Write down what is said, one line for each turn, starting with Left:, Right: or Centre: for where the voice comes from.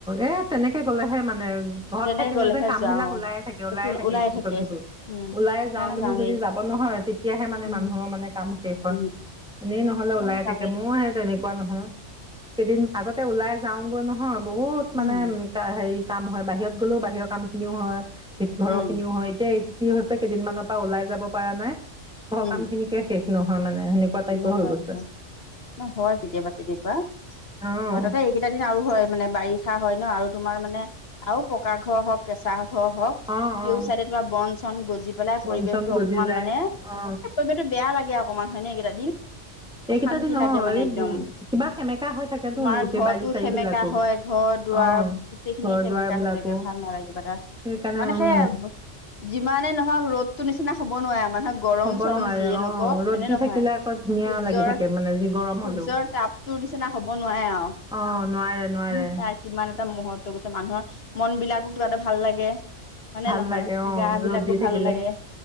Centre: এ তেনেকে গলেহে মানে ঘৰত
Left: তেনেকে
Centre: থাকিলে
Left: গ'লেহে
Centre: যে কাম
Left: যোৱা
Centre: বিলাক
Left: অ
Centre: ওলাইে থাকে, ওলাইে
Left: একো
Centre: থাকে
Left: ওলাই
Centre: এইটো পিছত সিটো।
Left: উম
Centre: ওলাই
Left: সেইকাৰণে
Centre: যাও বুলি
Left: যাওঁৱেই
Centre: যদি যাব নহয় তেতিয়াহে মানে
Left: উম
Centre: মানুহৰ মানে কাম শেষ হয়।
Left: উম
Centre: এনেই নহলে
Left: সেইকাৰণে
Centre: ওলাই
Left: যাওঁৱেই
Centre: থাকে ময়ো সে এনেকুৱা নহয়, কেইদিন আগত আগতে ওলাই যাওঁগৈ নহয় বহুত মানে
Left: উম
Centre: হেৰি কাম হয় বাহিৰত গ'লেও বাহিৰৰ কাম খিনিও হয় ঘৰৰ
Left: উম
Centre: খিনিও হয়। এতিয়া কি হৈছে কেইদিনমানানৰ পৰা ওলাই যাব পৰা নাই ঘৰৰ
Left: উম
Centre: কাম খিনিকে শেষ। নহয় মানে সেনেকুৱা টাইপৰ
Left: নহয়
Centre: হৈ গৈছে
Left: নহয় হয় কেতিয়াবা তেনেকুৱা।
Centre: আহ
Left: অ তাতে এইকেইটা দিন আৰু হয়। মানে বাৰিষা হয় ন আৰু তোমাৰ মানে আৰু পকা ঘৰ হওক কেঁচা হ। ঘৰ হওক
Centre: অ
Left: কেউ
Centre: অ
Left: চাইডত বা বন চন গজি পেলাই
Centre: বন
Left: পৰিৱেশটো
Centre: চন গজি
Left: অকমান
Centre: যায়
Left: মানে।
Centre: অ
Left: এ <unintelligible> বেয়া লাগে অকমান হয়নে এইকেইটা দিন।
Centre: এইকেইটা
Left: অশান্তি
Centre: দিন
Left: লাগে
Centre: অ
Left: মানে
Centre: এই
Left: একদম
Centre: উম কিবা সেমেকা হৈ থাকেতোন
Left: তোমাৰ
Centre: গোটেই
Left: ঘৰতো
Centre: বাৰী চাৰী
Left: সেমেকা
Centre: বিলাকো
Left: হয় ঘ দুৱাৰ
Centre: অ
Left: গোটেই খিনিয়ে
Centre: ঘৰ
Left: সেমেকা
Centre: দুৱাৰ বিলাকো
Left: হৈ থাকে ভাল নালাগিবা এটা।
Centre: সেইকাৰণে
Left: মানে
Centre: উম।
Left: সেয়া যিমানে নহওক ৰ'দতো নিচিনা হ'ব নোৱাৰে মানুহক গৰম
Centre: হ'ব
Left: চৰম
Centre: নোৱাৰে
Left: যিয়ে
Centre: অ
Left: নকওক
Centre: ৰ'দ
Left: হয়নে
Centre: দি
Left: নহয়।
Centre: থাকিলে আকৌ
Left: সূৰ্য্যৰ
Centre: ধুনীয়া লাগি থাকে
Left: সূৰ্য্যৰ
Centre: মানে যি গৰম হলেও
Left: তাপটোৰ নিচিনা হব নোৱাৰে আৰু।
Centre: অ নোৱাৰে নোৱাৰে
Left: উ তাৰ কিমান এটা মুহৰ্ত গছে মানুহৰ মন বিলাক কিবা এটা ভাল লাগে হয়নে
Centre: ভাল
Left: নহয়
Centre: লাগে অ
Left: গা বিলাকো
Centre: ৰ'দ দি থাকিলে
Left: ভাল লাগে।